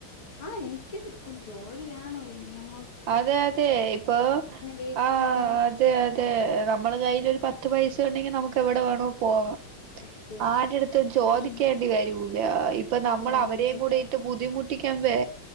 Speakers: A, on the left; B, on the right.
A: ആഹ് എനിക്ക് ഒരു ജോലി വേണോ ഇനി അങ്ങോ
B: അതെ അതെ ഇപ്പൊ
A: വീട്ടുകാരെ
B: ആഹ് അതെ അതെ
A: ഉം
B: നമ്മള് കയ്യ്ലൊര് പത്ത് ത്ത് പൈസ ഒണ്ടെങ്കി നമുക്ക് എവിടെ വേണോ പോവാം
A: സത്യം.
B: ആരടുത്തും ചോദിക്കേണ്ടി
A: ഉം.
B: വരൂല ഇപ്പൊ നമ്മൾ
A: അതെ അതെ
B: അവരേം
A: അതെ.
B: കൂടി ഇട്ട് ബുദ്ധിമുട്ടിക്കമ്പെ